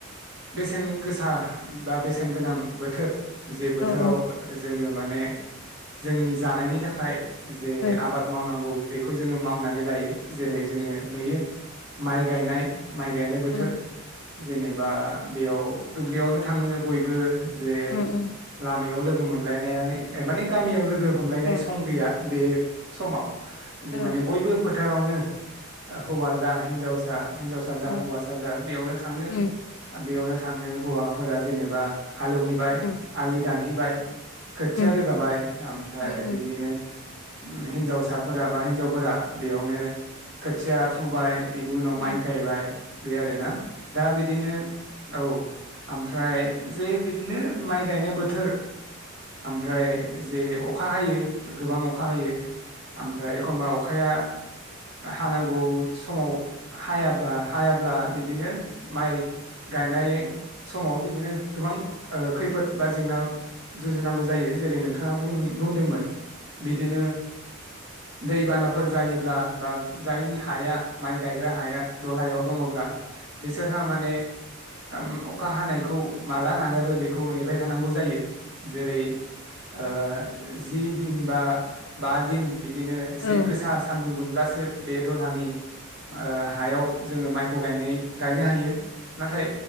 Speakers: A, on the right; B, on the left.
A: बेसेन गोसा बा बेसेन गोनां बोथोर जे बोथोराव
B: औ
A: जोंङो माने जोंनि जानायनि थाखाय जे
B: औ
A: आबाद मावनांगौ बेखौ जोंङो मावनानै लायो जेरै जोंङो नुयो माइ गायनाय माइ गायनाय बोथोर
B: उम
A: जेनेबा बेयाव दुब्लियावनो थांङो बयबो जे
B: उम उम
A: लामायाव लोगो मोनलायनाया माने गामियाव लोगो हमलायनाय
B: उम औ
A: सम गैया बे समाव जे
B: औ
A: माने बयबो फो फोथारावनो हौवा जा हिनजावसा हिनजावसा जा
B: औ
A: हौवासा जा बेयावनो थांङो
B: उम
A: बेयावनो थांङो हौवाफोरा जेनेबा हालेवहैबाय
B: उम
A: आलि दानहैबाय खोथिया
B: उम
A: रोगाबाय ओमफ्राय
B: उम उम
A: बिदिनो हिन्जावसाफोरा बा हिन्जावफोरा बेयावनो खोथिया फुबाय बिनि उनाव
B: औ
A: माइ गायबाय बे आरोना दा बिदिनो औ ओमफ्राय जे बिदिनो माइ गायनाय बोथोर ओमफ्राय जे अखा हायो गोबां अखा हायो ओमफ्राय एखमबा अखाया हानांगौ समाव हायाब्ला हायाब्ला बिदिनो माइ गायनाय समाव बिदिनो गोबां ओ खैफोद बा जेंना जुजिनांगौ जायो जेरै नोंथाङा बुंदों बुंदोंमोन बिदिनो दैबानाफोर जायोब्ला बा जायनि हाया माइ गायग्रा हाया दलहायाव दङब्ला बिसोरहा माने ओम अखा हानायखौ माला नागारो बेखौ नेबाय थानांगौ जायो जेरै आ जि दिन बा बा दिन बिदिनो एसे
B: औ
A: गोसा सान्दुं दुंब्लासो बे दलहानि आ हायाव जोङो माइ ख गायनो हायो नाथाय